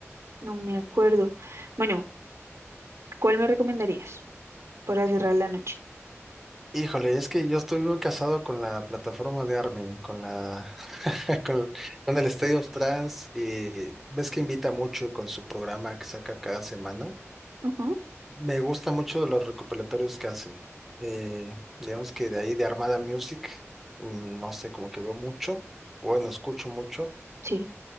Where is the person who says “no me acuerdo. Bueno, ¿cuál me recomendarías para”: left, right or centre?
Right